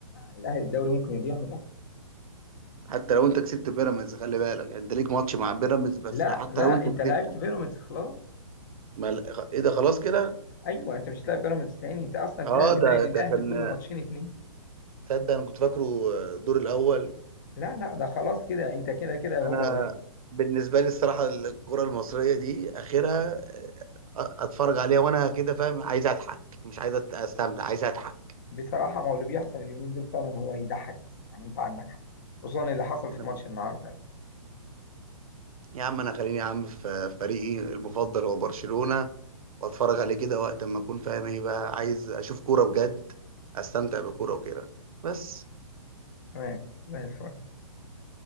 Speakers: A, on the left; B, on the right.
A: الأهلي الدوري ممكن يضيع من الأهلي
B: حتى لو أنت كسبت بيراميدز خلي بالك يعني أنت ليك ماتش مع بيراميدز بس
A: لا
B: حتى
A: لا
B: لو أنت
A: أنت
B: كسبت
A: لعبت بيراميدز خلاص
B: ما ال- إيه ده خلاص كده؟
A: أيوه أنت مش هتلاعب بيراميدز تاني أنت أصلا كده
B: أه
A: اللي باقي
B: ده
A: للأهلي
B: ده كان
A: كله ماتشين اتنين
B: تصدق أنا كنت فاكره آه، الدور الأول
A: لا لا ده خلاص كده أنت كده كده هو
B: انا
A: بقى
B: بالنسبه لي الصراحه الكره المصريه دي اخرها أ- اتفرج عليها وانا كده فاهم عايز اضحك مش عايز أت- استمتع عايز اضحك
A: بصراحة ما هو اللي بيحصل اليومين دول فعلا هو يضحك بس يعني انت عندك حق خصوصا اللي حصل في
B: أنا
A: ماتش النهاردة
B: يا عم انا خليني يا عم في فريقي المفضل هو برشلونه واتفرج عليه كده وقت ما اكون فاهم ايه بقى عايز اشوف كوره بجد استمتع بكوره وكده بس
A: تمام زي الفل